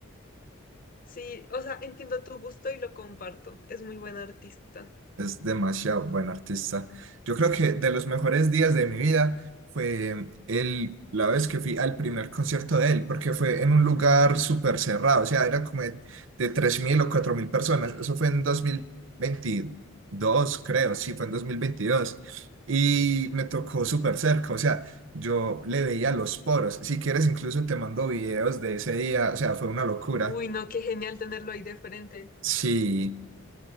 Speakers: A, on the left; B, on the right.
A: Sí, o sea, entiendo tu gusto y lo comparto. Es muy buen artista.
B: Es demasiado buen artista. Yo creo que de los mejores días de mi vida fue el, la vez que fui al primer concierto de él, porque fue en un lugar súper cerrado, o sea, era como de, de 3.000 o 4.000 personas. Eso fue en dos mil veintidós creo, sí, fue en dos mil veintidós Y me tocó súper cerca, o sea, yo le veía los poros. Si quieres, incluso te mando videos de ese día, o sea, fue una locura.
A: Uy, no, qué genial tenerlo ahí de frente.
B: Sí.